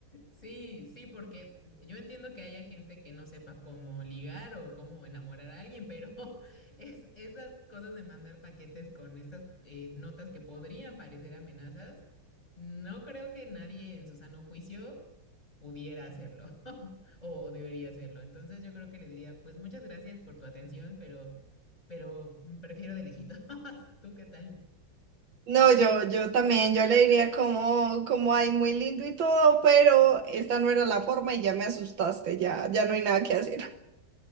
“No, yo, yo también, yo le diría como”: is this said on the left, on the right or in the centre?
Right